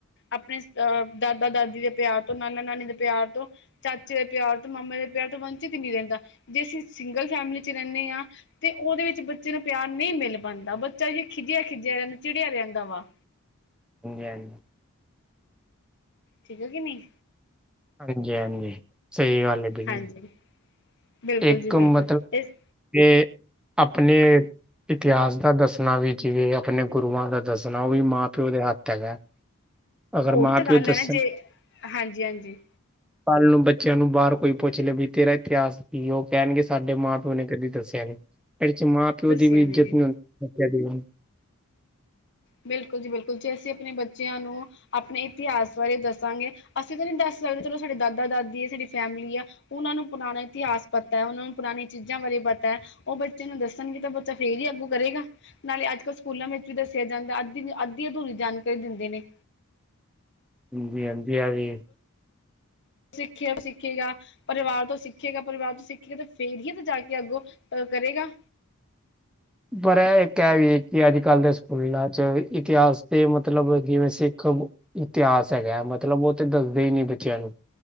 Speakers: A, on the left; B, in the centre.
A: ਆਪਣੇ ਅਹ ਦਾ ਦਾਦਾ-ਦਾਦੀ ਦੇ ਪਿਆਰ ਤੋਂ ਨਾਨਾ-ਨਾਨੀ ਦੇ ਪਿਆਰ ਤੋਂ। ਚਾਚੇ ਦਾ ਪਿਆਰ ਤੇ ਮਾਮੇ ਦਾ ਪਿਆਰ ਤਾਂ ਵੰਚਿਤ ਹੀ ਨਹੀਂ ਰਹਿੰਦਾ। ਜੇ ਅਸੀਂ ਸਿੰਗਲ ਫੈਮਿਲੀ ਚ ਰਹਿੰਦਿਆਂ ਤੇ ਉਹਦੇ ਵਿੱਚ ਬੱਚੇ ਨੂੰ ਪਿਆਰ ਨਹੀਂ ਮਿਲ ਪਾਂਦਾ। ਬੱਚਾ ਹੀ ਖਿਝਿਆ-ਖਿਝਿਆ ਰਹਿੰ, ਦਾ ਚਿੜਿਆ ਰਹਿੰਦਾ ਵਾ।
B: ਹਾਂਜੀ, ਹਾਂਜੀ।
A: ਠੀਕ ਹੈ ਕਿ ਨਹੀਂ
B: ਹਾਂਜੀ, ਹਾਂਜੀ ਸਹੀ ਗੱਲ ਹੈ ਬਈ
A: ਹਾਂਜੀ। ਬਿਲਕੁਲ
B: ਇੱਕ
A: ਜੀ ਬਿਲਕੁਲ
B: ਮਤਲਬ
A: ਇਸ
B: ਜੇ ਆਪਣੇ ਇਤਿਹਾਸ ਦਾ ਦੱਸਣਾ ਵੀ ਜਿਵੇਂ ਆਪਣੇ ਗੁਰੂਆਂ ਦਾ ਦੱਸਣਾ ਉਹ ਵੀ ਮਾਂ ਪਿਓ ਦੇ ਹੱਥ ਹੈਗਾ। ਅਗਰ
A: ਉਹੀ
B: ਮਾਂ
A: ਤਾਂ ਗੱਲ
B: ਪਿਓ ਦੱਸਣ
A: ਹੈ ਨਾ ਜੇ ਹਾਂਜੀ, ਹਾਂਜੀ।
B: ਕੱਲ ਨੂੰ ਬੱਚਿਆਂ ਨੂੰ ਬਾਹਰ ਕੋਈ ਪੁੱਛ ਲੈ ਵੀ ਤੇਰਾ ਇਤਿਹਾਸ ਕੀ ਉਹ ਕਹਿਣਗੇ ਸਾਡੇ ਮਾਂ ਪਿਓ ਨੇ ਕਦੇ ਦੱਸਿਆ ਨੀ, ਏਦੇ ਚ ਮਾਂ ਪਿਓ
A: ਦੱਸਿਆ
B: ਦੀ ਵੀ ਇੱਜਤ
A: ਨੇ ਜੀ
B: ਨੀ ਹੁੰਦੀ। ਔਖਾ ਜੀਵਨ
A: ਬਿਲਕੁਲ ਜੀ, ਬਿਲਕੁਲ ਜੀ। ਜੇ ਅਸੀਂ ਆਪਣੇ ਬੱਚਿਆਂ ਨੂੰ ਆਪਣੇ ਇਤਿਹਾਸ ਬਾਰੇ ਦੱਸਾਂਗੇ, ਅਸੀਂ ਤਾਂ ਨਹੀਂ ਦੱਸ ਸਕਦੇ ਚਲੋ ਸਾਡੇ ਦਾਦਾ ਦਾਦੀ ਆ ਸਾਡੀ ਫੈਮਿਲੀ ਆ। ਓਨਾਂ ਨੂੰ ਪੁਰਾਨਾ ਇਤਿਹਾਸ ਪਤੈ, ਓਨਾਂ ਨੂੰ ਪਰਾਨੀਆਂ ਚੀਜ਼ਾਂ ਬਾਰੇ ਪਤੈ। ਓ ਬੱਚੇ ਨੂੰ ਦੱਸਨਗੇ ਤਾਂ ਬੱਚਾ ਫੇਰ ਈ ਅੱਗੋ ਕਰੇਗਾ। ਨਾਲੇ ਅੱਜ-ਕੱਲ ਸਕੂਲਾਂ ਵਿੱਚ ਵੀ ਦਸ ਸਿਆ ਜਾਂਦੈ। ਅੱਧੀ ਨ। ਅੱਧੀ ਅਧੂਰੀ ਜਾਨਕਾਰੀ ਦਿੰਦੇ ਨੇ।
B: ਹਜੀ, ਹਾਂਜੀ ਆ ਵੀ।
A: ਸਿੱਖੇ, ਸਿੱਖੇਗਾ। ਪਰਿਵਾਰ ਤੋਂ ਸਿੱਖੇਗਾ, ਪਰਿਵਾਰ ਤੋਂ ਸਿੱਖੇਗਾ ਤੇ ਫੇਰ ਹੀ ਤ ਜਾ ਕੇ ਅੱਗੋਂ ਅ ਕਰੇਗਾ।
B: ਪਰ ਐ ਏੱਕ ਐ ਵੀ ਏ ਕਿ ਅੱਜ-ਕੱਲ ਦੇ ਸਕੂਲਾਂ 'ਚ ਵੀ ਇਤਿਹਾਸ ਦੇ ਮਤਲਬ ਜਿਵੇਂ ਸਿੱਖ ਇਤਿਹਾਸ ਹੈਗੈ, ਮਤਲਬ ਓ ਤੇ ਦੱਸਦੇ ਈ ਨੀ ਐ ਬੱਚਿਆਂ ਨੂੰ